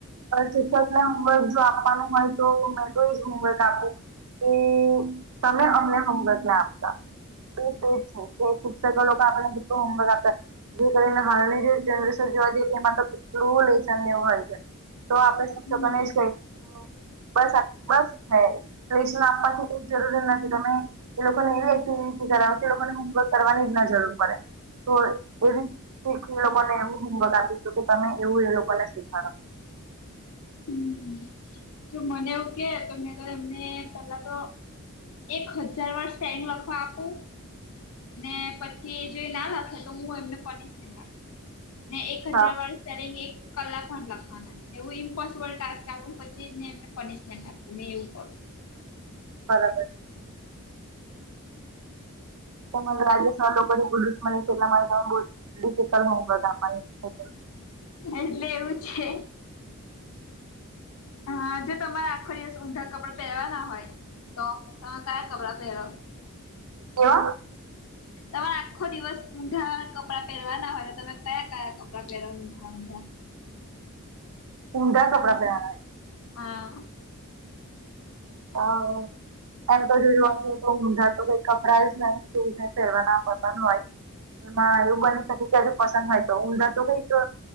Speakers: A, on the right; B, on the left.
A: શિક્ષકને હોમવર્ક જો આપવાનું હોય તો મેં તો એ જ હોમવર્ક આપું કી તમે અમને હોમવર્ક ના આપતા, <unintelligible> શિક્ષકો લોકો આપણને કેટલો હોમવર્ક આપે, જે કરીને હાલની જે જનરેશન જોવા જઈ એમાં તો કેટલું લેઈશને વું હોય છે. તો આપણે શિક્ષકોને
B: હમ્મ.
A: એજ કહી બસ આ બસને લેશન આપવાથી કઈ જરૂરી નથી તમે એ લોકોને એવી એક્ટિવિટી કરાવે કે લોકોને હોમવર્ક કરવાની જ ના જરૂર પડે તો એવી શી એ લોકોને એવું હોમવર્ક આપીશું કે તમે એવું એ લોકોને શીખાડો
B: હમ્મ જો મને એવું કે તો મેં તો એમને પહેલા તો એક હજાર વર્ષ સ્પેલિગ લખવા આપુ, ને પછી જો ના લખે તો હું એમને પનિશમેન્ટ આપું ને એક
A: હા
B: હજાર વાર સ્પેલિંગ એક કલાક માં જ લખવાના એવું ઇમ્પોસિબલ ટાસ્ આપુ ને પ છી ને પનિશમેન્ટ આપું મે એવું કરું
A: બરાબર છે. તમ રાજસ્થાન લોકોને <unintelligible> આપવાની, <inaudible>
B: એટલે એવું છે હા જો તમારે આખો દિવસ ઊંધા કપડા પેરવાના હોય, તો તમે કયા કપડા પહેરો
A: એવા
B: તમારે આખો દિવસ ઊંંધા કપડાં પહેરવાના હોય ને તમે કયા કયા કપડાં પહેર ઊંધાં ઊંધા
A: ઊંધા કપડાં પહેરવાના હોયે
B: હા
A: હા એવુ એમ તો જો જો તો ઊંઢા તો કઈ કપડા જ નહી પહેરવા ના પસંદ હોય એમાં એવું બની શકે ક્યારેક પસંદ હોય તો ઊંધા તો કઈક